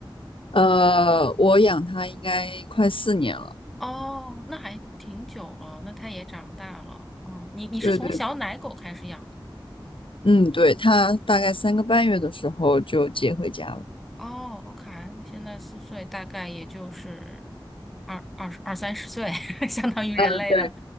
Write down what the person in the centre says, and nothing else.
哦，那还挺久了，那它也长大了。哦，你你是从小奶狗开始养的？
哦，OK，那现在四岁，大概也就是二二二三十岁，<laughs> 相当于人类的。